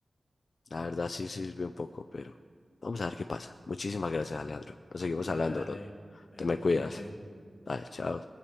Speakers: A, on the left (about 65°); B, on the left (about 35°).
A: La verdad sí sirvió un poco, pero vamos a ver qué pasa. Muchísimas gracias, Alejandro. Nos seguimos
B: Venga,
A: hablando,
B: dale,
A: bro.
B: dale,
A: Te me cuidas.
B: feliz noche.
A: Vale, chao.